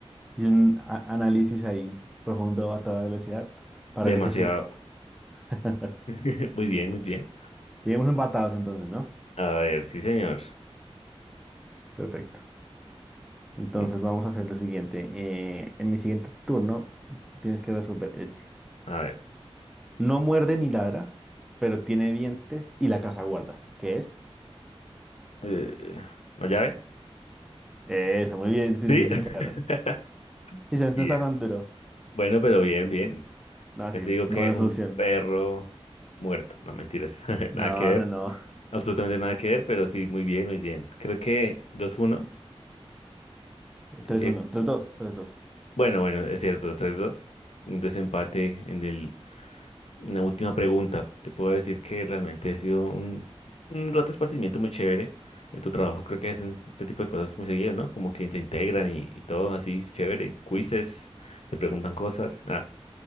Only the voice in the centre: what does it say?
hice un a- análisis ahí profundo a toda velocidad. Parece
que funciona. <laughs>
Llegamos empatados entonces, ¿no?
Perfecto. Entonces
vamos a hacer lo siguiente. Eh, en mi siguiente turno tienes que resolver este.
No muerde ni ladra, pero tiene dientes y la casa guarda. ¿Qué es?
Eso, muy bien, sí,
sí, sí,
claro. Sí, ya
no está tan duro.
No,
sí,
no
buena
solución.
No,
no, no.
tres
uno, tres dos, tres dos.